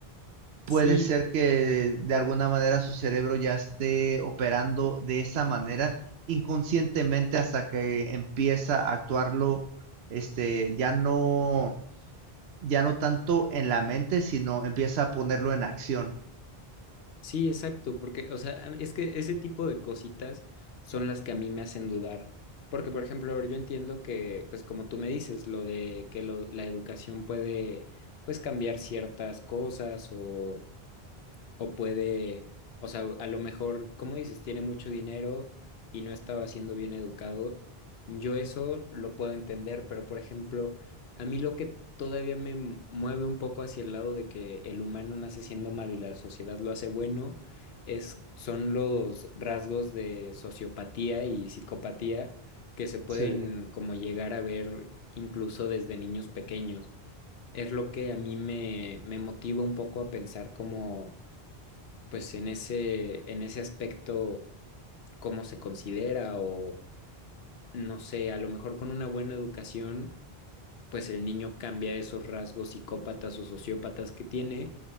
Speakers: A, on the left (about 80°); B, on the right (about 85°).
A: Sí,
B: Puede ser que de alguna manera su cerebro ya esté operando de esa manera inconscientemente hasta que empieza a actuarlo este ya no ya no tanto en la mente, sino empieza a ponerlo en acción.
A: sí, exacto, porque, o sea, a mí- es que ese tipo de cositas son las que a mí me hacen dudar. Porque, por ejemplo, a ver, yo entiendo que, pues como tú me dices, lo de que lo- la educación puede, pues, cambiar ciertas cosas o, O puede, o sea, a lo mejor, como dices, tiene mucho dinero y no estaba siendo bien educado. Yo eso lo puedo entender, pero por ejemplo, a mí lo que todavía me mueve un poco hacia el lado de que el humano nace siendo malo y la sociedad lo hace bueno, es, son los rasgos de sociopatía y psicopatía que se pueden
B: Sí.
A: como llegar a ver incluso desde niños pequeños. Es lo que a mí me, me motiva un poco a pensar como pues en ese, en ese aspecto, cómo se considera o no sé, a lo mejor con una buena educación, pues el niño cambia esos rasgos psicópatas o sociópatas que tiene,